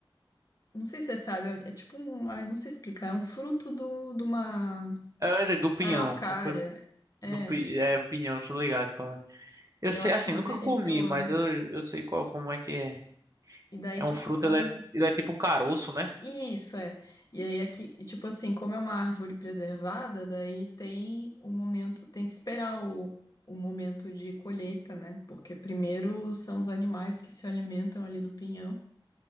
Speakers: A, on the left; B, on the right.
A: Não sei se você sabe, é é tipo um. Ah, eu não sei explicar. É um fruto do, de uma
B: É, é do pinhão.
A: araucária.
B: Opa,
A: É,
B: Do, pi- é pinhão, tô ligado qual é. Eu
A: eu
B: sei,
A: acho
B: assim,
A: uma
B: nunca
A: delícia,
B: comi,
A: eu amo.
B: mas eu, eu sei qual, como é que é.
A: E daí,
B: É
A: tipo,
B: um fruto,
A: como.
B: ele é, ele é tipo um caroço, né?
A: Isso é. E aí aqui, e, tipo assim, como é uma árvore preservada, daí tem o momento, tem que esperar o, o momento de colheita, né? Porque primeiro são os animais que se alimentam ali do pinhão